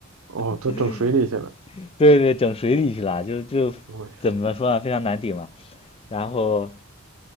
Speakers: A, on the right; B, on the left.
A: 哦，都整水里去了，
B: <laughs> 对对，整水里去了，就就怎么说呢，
A: 我天，
B: 非常难顶嘛。然后，